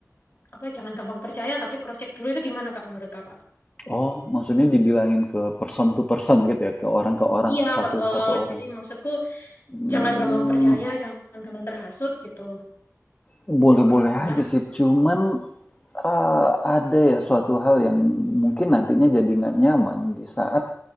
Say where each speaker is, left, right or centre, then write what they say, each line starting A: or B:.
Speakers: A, on the left; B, on the left.
A: apa jangan gampang percaya tapi cross check dulu itu gimana Kak menurut Kakak?
B: oh maksudnya dibilangin ke person to person gitu ya ke orang ke orang
A: Iya,
B: satu
A: eh,
B: satu orang
A: jadi maksudku
B: Hmm,
A: jangan gampang percaya, jangan gampang terhasut gitu.
B: boleh-boleh
A: Gimana?
B: aja sih, cuman eee, ada ya suatu hal yang mungkin nantinya jadi nggak nyaman di saat